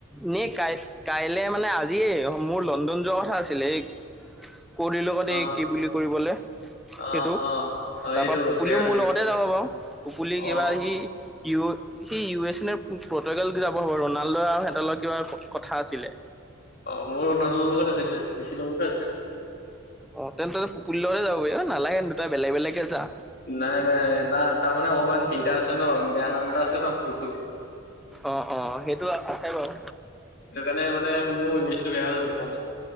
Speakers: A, in the centre; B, on the left (about 50°).
A: নেই কাই কাইলে মানে আজিয় অ মোৰ লণ্ডন যোৱা কথা আছিলে এই কলিৰ লগত
B: অ
A: এই কি বুলি কৰিবলৈ
B: অ
A: সেইটো
B: অ অ
A: তাৰ
B: এইটো
A: পৰাা পুপুলিও
B: চেয়াৰটো
A: মোৰ
B: কিনিবলৈ
A: লগতে যাব বাৰু উুলি
B: অ
A: কিবা সি ই সি ইউ এছ এ পটগাল যাব হ'ব ৰনাল্ডো আৰু তলৰ কিবা কথা আছিলে
B: অ মোৰ নালৰ লগত আছিলে বেছি লগতে আছে
A: অ তেন্ত ত পপুলতে যাব পাৰি অ নালাগেন দুটাই বেলেগ বেলেগে যা
B: নাই নাই ত তাৰমানে অকমান সেইত আছে ন বেয়া নামটা আছে ন পুখুলিী
A: অ অ সেইটো আছে বাৰু
B: মানে মানে মোৰ ইমেজটো বেয়া হৈ যাব মানে